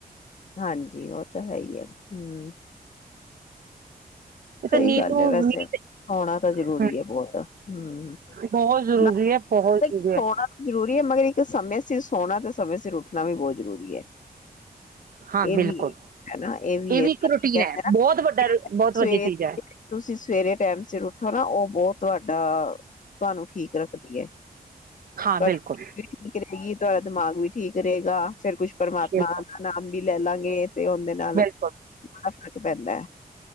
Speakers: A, on the left; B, on the right.
A: ਹਾਂਜੀ ਔ ਤਾਂ ਹੈ ਈ ਐ। ਹੂੰ,
B: ਇਹ ਤਾਂ
A: ਸਹੀ
B: ਨੀਂਦ
A: ਗੱਲ
B: ਨੂੰ
A: ਏ ਵੈਸੇ
B: ਨੀਂਦ
A: ਆਉਣਾ ਤੇ ਜ਼ਰੂਰੀ
B: ਹਮ
A: ਏ ਬਹੁਤ ਹਮ
B: ਬਹੁਤ ਜ਼ਰੂਰੀ
A: ਨਾਲ
B: ਐ, ਬਹੁਤ ਜ਼ਰੂਰੀ
A: ਸੋਣਾ
B: ਐ।
A: ਜ਼ਰੂਰੀ ਹੈ ਮਗਰ ਇੱਕ ਸਮੇਂ ਸਿਰ ਸੋਣਾ ਤੇ ਸਮੇਂ ਸਿਰ ਉੱਠਣਾ ਵੀ ਬਹੁਤ ਜ਼ਰੂਰੀ ਐ।
B: ਹਾਂ
A: ਇਹ
B: ਬਿਲਕੁਲ
A: ਵੀ ਹੈਨਾ ਇਹ ਵੀ ਏ
B: ਇੱਕ
A: ਨਾ
B: ਰੂਟੀਨ
A: ਕਹਿੰਦੇ
B: ਹੈ
A: ਨਾ
B: ਬਹੁਤ ਵੱਡਾ
A: <unintelligible>
B: ਬਹੁਤ
A: ਸਵੇਰ
B: ਵਧੀਆ ਚੀਜ਼ ਹੈ
A: ਤੁਸੀ ਸਵੇਰੇ ਟੈਮ ਸਿਰ ਉੱਠੋ ਨਾ ਉਹ ਉਹ ਤੁਆਡਾ ਤੁਆਨੂੰ ਠੀਕ ਰੱਖਦੀ ਏ।
B: ਹਾਂ
A: ਤੁਹਾਡੀ
B: ਬਿਲਕੁਲ
A: ਤਬਿਅਤ ਠੀਕ ਰਹੇਗੀ ਤੁਹਾਡਾ ਦਿਮਾਗ ਵੀ ਠੀਕ ਰਹੇਗਾ ਫਿਰ ਕੁਛ ਪਰਮਾਤਮਾ
B: ਬਿਲਕੁਲ
A: ਦਾ ਨਾਮ ਵੀ ਲੈ ਲਾਂਗੇ ਤੇ ਉਹਦੇ ਨਾਲ
B: ਬਿਲਕੁਲ
A: ਬੜਾ ਫ਼ਰਕ ਪੈਂਦਾ ਹੈ